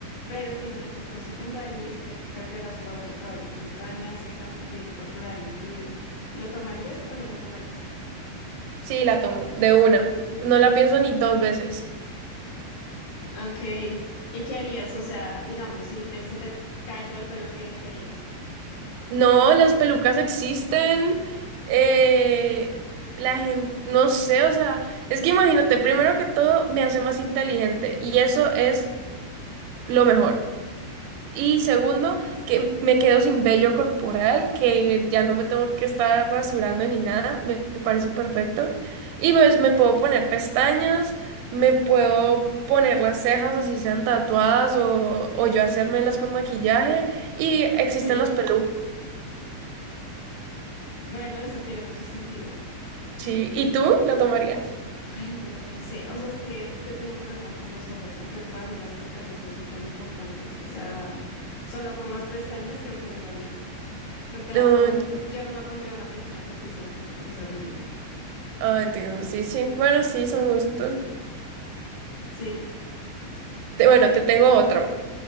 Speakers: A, on the left; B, on the right.
A: pero tiene un efecto secundario y es que perderás todo tu cabello, pestañas, cejas, vello corporal incluido. ¿Lo tomarías o no lo tomarías?
B: Sí, la tomo, de una. No la pienso ni dos veces.
A: Ok. ¿Y qué harías? O sea, digamos, si te, se te cae todo el pelo que querías.
B: No, las pelucas existen. eh, la gente, no sé, o sea, es que imagínate, primero que todo me hace más inteligente y eso es lo mejor. Y segundo, que me quedo sin vello corporal, que ya no me tengo que estar rasurando ni nada, me me parece perfecto. Y pues me puedo poner pestañas, me puedo poner las cejas así sean tatuadas o, o yo hacérmelas con maquillaje y
A: <laughs>
B: existen las pelucas,
A: Bueno, eso tiene mucho sentido.
B: sí. ¿Y tú la tomarías?
A: Ay, bueno, no sé. O sea, es que yo he tenido problemas con los ojos, entonces para mí las pestañas son súper importantes. O sea, solo por las pestañas creo que no lo haría, porque la-
B: No,
A: no, me-
B: enti-
A: yo no me pondría una pestaña postiza, o sea, me parece horrible.
B: ah, entiendo, sí, sí. Bueno, sí, son gustos.
A: Sí,
B: Te- bueno, te tengo otro.